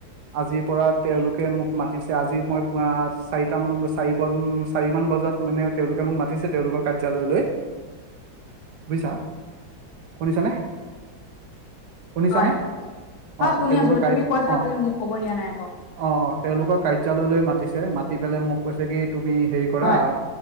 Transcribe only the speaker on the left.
হয়, হয়,
শুনি
আছো দে
তুমি কোৱাছা
তুমি মোক ক'ব দিয়া নাই আকৌ
হয়,